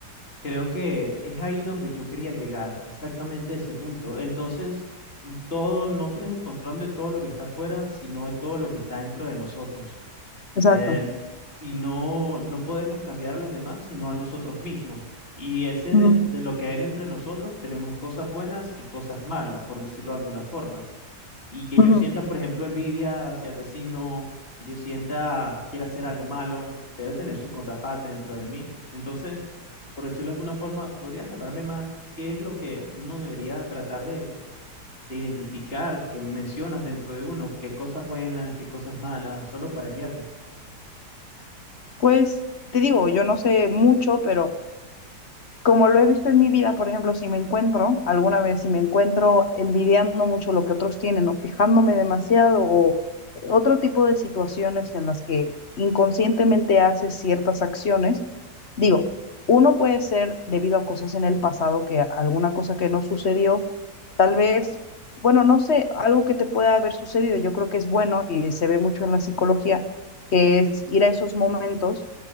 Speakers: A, on the left; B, on the left.
A: Creo que es ahí donde yo quería llegar, exactamente ese punto. Entonces, todo, no tenemos control de todo lo que está afuera, sino de todo lo que está dentro de nosotros.
B: Exacto.
A: Eh, y no, no podemos cambiar a los demás, sino a nosotros mismos. Y ese
B: Ujú,
A: de, de lo que hay dentro de nosotros, tenemos cosas buenas y cosas malas, por decirlo de alguna forma. Y que
B: ujú.
A: yo sienta, por ejemplo, envidia hacia el vecino, que yo sienta quiera hacer algo malo, debe tener su contraparte dentro de mí. Entonces, por decirlo de alguna forma, ¿podrías hablarme más qué es lo que uno debería tratar de, de identificar que mencionas dentro de uno? ¿Qué cosas buenas, qué cosas malas, solo para guiarme?
B: Pues te digo, yo no sé mucho, pero como lo he visto en mi vida, por ejemplo, si me encuentro, alguna vez, si me encuentro envidiando mucho lo que otros tienen o fijándome demasiado o eh, otro tipo de situaciones en las que inconscientemente haces ciertas acciones, digo, uno puede ser debido a cosas en el pasado, que a- alguna cosa que no sucedió, tal vez, bueno, no sé, algo que te pueda haber sucedido, yo creo que es bueno y se ve mucho en la psicología, que es ir a esos momentos